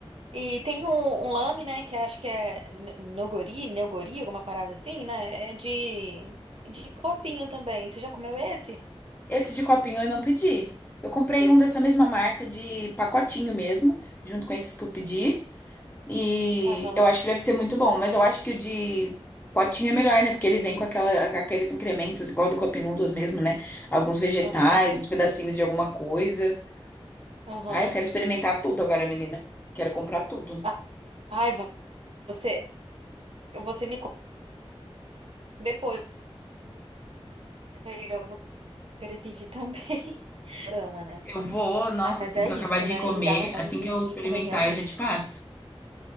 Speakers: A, on the right; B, on the left.
A: E tem um, um lame, né, que acho que é n- nogori, neogori, alguma parada assim, né? É de, de copinho também. Você já comeu esse?
B: <laughs> Esse de copinho eu não pedi. Eu comprei um dessa mesma marca de pacotinho mesmo, junto com esses que eu pedi. E
A: Aham,
B: eu acho que deve ser muito bom, mas eu acho que o de potinho é melhor, né? Porque ele vem com aquela- aqueles incrementos, igual do Cup Noodles mesmo, né? Alguns vegetais,
A: aham,
B: uns pedacinhos de alguma coisa.
A: aham.
B: Ai, eu quero experimentar tudo agora, menina. Quero comprar tudo.
A: Ah, Ai, vo- você, você me conta depois. Eu vou querer pedir também. <laughs> Dorama, né?
B: Eu vou, nossa,
A: Ai, mas
B: assim
A: é
B: que
A: isso,
B: eu acabar de
A: né?
B: comer,
A: E dá vontade
B: assim
A: de,
B: que eu
A: de
B: experimentar,
A: comer realmente.
B: eu já te passo.